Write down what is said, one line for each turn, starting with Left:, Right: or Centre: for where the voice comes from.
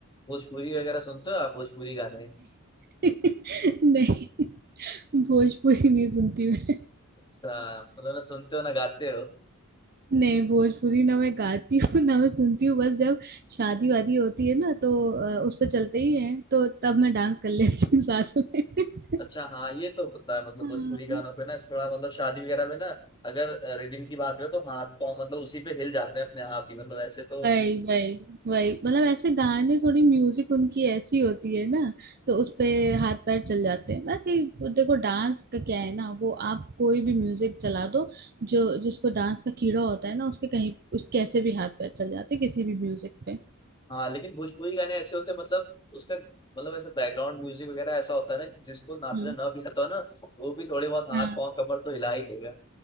Left: भोजपुरी वगैरह सुनते हो आप भोजपुरी गाने
Right: <laughs> नहीं भोजपुरी नहीं सुनती मैं
Left: अच्छा मतलब ना सुनते हो ना गाते हो
Right: नहीं भोजपुरी ना मैं गाती हूँ ना मैं सुनती हूँ बस जब शादी वादी होती है ना तो अ, उस पर चलते ही हैं तो तब मैं डांस कर लेती हूँ साथ में <laughs>
Left: अच्छा हाँ ये तो होता है मतलब
Right: हाँ,
Left: भोजपुरी गानों पे ना इस थोड़ा मतलब शादी वगैरह में ना अगर रिदिम की बात करें तो हाथ पाँव मतलब उसी पे हिल जाते हैं अपने आप ही मतलब ऐसे तो
Right: वही वही वही मतलब ऐसे गाने थोड़ी म्यूजिक उनकी ऐसी होती है ना तो उस पे हाथ पैर चल जाते हैं बाकी देखो डांस का क्या है ना वो आप कोई भी म्यूजिक चला दो जो जिसको डांस का कीड़ा होता है ना उसके कहीं उस- कैसे भी हाथ पैर चल जाते हैं किसी भी म्यूजिक पे
Left: हाँ लेकिन भोजपुरी गाने ऐसे होते हैं मतलब उसका मतलब ऐसा बैकग्राउंड म्यूजिक वगैरह ऐसा होता है ना कि जिसको नाचना
Right: हम्म,
Left: ना भी आता हो ना वो भी थोड़े बहुत हाथ
Right: हाँ
Left: पाँव कमर तो हिला ही लेगा